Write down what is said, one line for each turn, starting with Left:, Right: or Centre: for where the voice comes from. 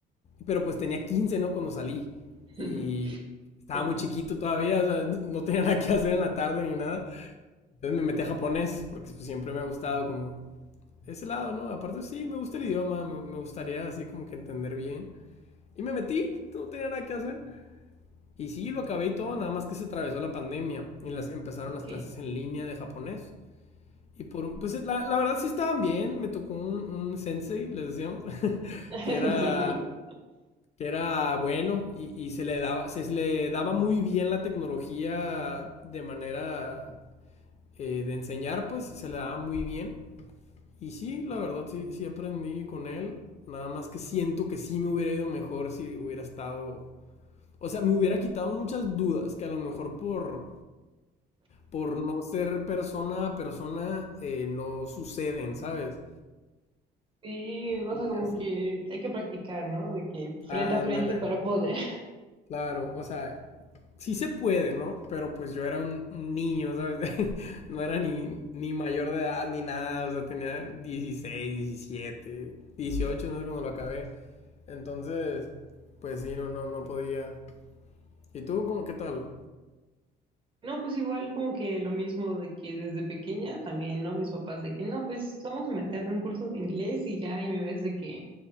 Left: Pero pues tenía quince ¿no? Cuando salí.
Right: <laughs>
Left: Y estaba
Right: joven.
Left: muy chiquito todavía, o sea, <laughs> no tenía nada que hacer en la tarde ni nada. Entonces me metí a japonés, porque pues, siempre me ha gustado como ese lado, ¿no? Aparte sí, me gusta el idioma, me me gustaría así como que entender bien. Y me metí, no tenía nada que hacer. Y sí, lo acabé y todo, nada más que se atravesó la pandemia y las empezaron
Right: Ok.
Left: las clases en línea de japonés. Y por un- pues la, la verdad sí estaban bien, me tocó un, un sensei, les decíamos, <laughs>
Right: <laughs>
Left: que era,
Right: Sí,
Left: que era bueno y, y se le daba, se le daba muy bien la tecnología de manera eh, de enseñar, pues se le daba muy bien. Y sí, la verdad sí, sí aprendí con él, nada más que siento que sí me hubiera ido mejor si hubiera estado, o sea, me hubiera quitado muchas dudas que a lo mejor por por no ser persona a persona, eh, no suceden, ¿sabes?
Right: sí, o
Left: Y
Right: sea, como
Left: así.
Right: que hay que practicar, ¿no? De que frente
Left: Ándale,
Right: a frente para poder.
Left: claro, o sea, sí se puede, ¿no? Pero pues yo era un, un niño, ¿sabes? <laughs> No era ni, ni mayor de edad ni nada, o sea, tenía 16 17 18 no sé cuando lo acabé. Entonces, pues sí, no, no, no podía. ¿Y tú, cómo, qué tal?
Right: No, pues igual como que lo mismo de que desde pequeña también, ¿no? Mis papás de que no, pues vamos a meterte a un curso de inglés y ya, y me ves de que